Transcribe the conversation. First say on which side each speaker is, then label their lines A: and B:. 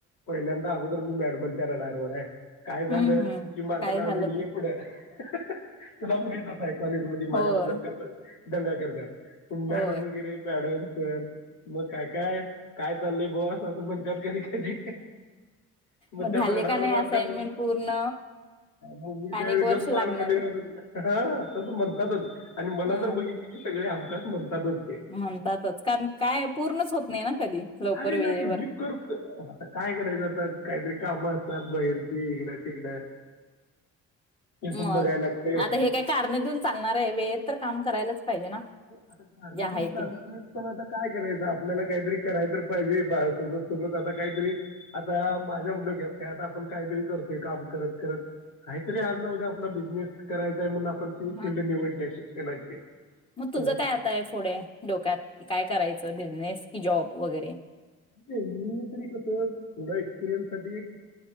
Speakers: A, on the left; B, on the left.
A: पहिल्यांदा अगोदर मी मॅडमांच्या रडारवर हाय. काय झालं
B: हम्म हम्म
A: की माझं
B: काय
A: नाव
B: झालं
A: घेईन.
B: तर
A: ये पुढं. <unintelligible> तुलाच माहितच हाय. कॉलेजमध्ये माझ्याबद्दल
B: होय
A: कसं? दंगा करत्यात. मॅडम
B: होय
A: वगै रे. मॅडम, सर काय- काय काय चाललंय बुवा? असं म्हणत्यात कधी- कधी.
B: मग
A: त्यात
B: झाले
A: रडारवर
B: का नाही? असाइनमेंट
A: असल्यामुळे
B: पूर्ण.
A: मग मी त्यावेळी
B: अनेक वर्ष
A: गप
B: लागणार
A: मान खाली
B: आहे
A: घालून. हा तसं म्हणतातच. आणि मला
B: हा
A: तर बघित की, सगळे हमखास म्हणतातच. ते
B: म्हणतातच. कारण, कायय पूर्णच होत नाही ना कधी. लवकर
A: अरे नाही
B: वेळेवर.
A: मी करतो आता काय करायचं, आता? काहीतरी कामं असतात. बाहेरची इकडं -तिकडं. ते
B: मग,
A: पण बघायला लागते
B: आता हे काय, कारणं देऊन चालणारय व्हय? वेळेत तर काम करायलाच पाहिजे ना
A: आता कारणं
B: जे आहे
A: देऊन चालत
B: ते
A: नाहीत. पण आता काय करायचं? आपल्याला काहीतरी कराय तर पाहिजे. बा सोबत- सोबत आता काहीतरी. आता माझ्या डोक्यात काय? आता आपण काहीतरी करतोय, काम करत- करत. काहीतरी आज न उद्या, आपला बिझनेस करायचाय. म्हणून, आपण ती
B: हा
A: फील्ड निवडलीय शिक्षणाची.
B: मग
A: सोबत
B: तुझं काय आताय? फूढे, डोक्यात. की, काय करायचं? बिझनेस कि जॉब वगैरे.
A: तेन्ही तरी कसं? थोडा एक्सपिरियन्स साठी